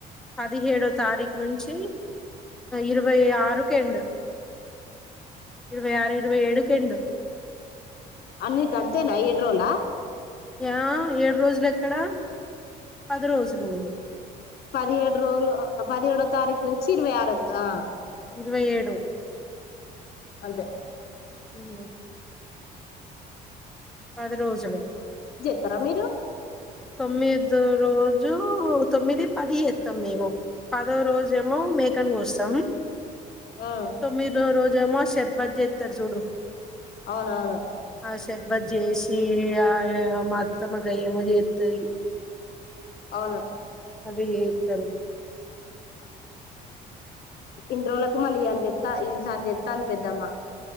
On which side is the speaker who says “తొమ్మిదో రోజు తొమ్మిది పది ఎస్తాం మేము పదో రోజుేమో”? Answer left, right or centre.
Centre